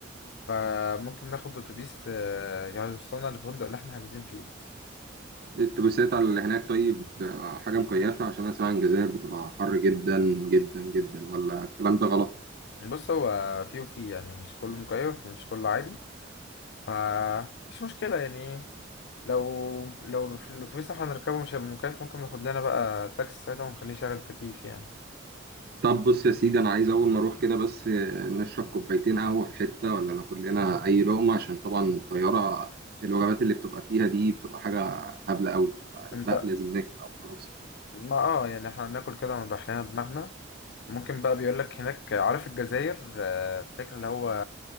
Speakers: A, on the left; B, on the right.
A: فممكن ناخد اتوبيس آه، يعني يوصلنا للفندق اللي احنا حاجزين فيه
B: الاتوبيسات على اللي هناك طيب آه، حاجة مكيفة عشان أنا سامع إن الجزائر بتبقى حر جدا جدا جدا ولا الكلام ده غلط؟
A: بص هو فيه وفيه يعني مش كله مكيف ومش كله عادي فمش مشكلة يعني إيه، لو لو في الاتوبيس اللي احنا هنركبه مش هيبقى مكيف ممكن ناخد لنا بقى تاكسي ساعتها ونخليه شغل تكييف يعني
B: طب بص يا سيدي أنا عايز أول ما أروح كده بس آه، نشرب كوبايتين قهوة في حتة ولا ناكل لنا أي لقمة عشان طبعا الطيارة الوجبات اللي بتبقى فيها دي بتبقى حاجة هبلة قوي
A: انت
B: لا لازم ناكل أول ما نوصل
A: ما اه يعني احنا هناكل كده ونريح لنا دماغنا ممكن بقى بيقولك هناك عارف الجزائر آه، فاكر اللي هو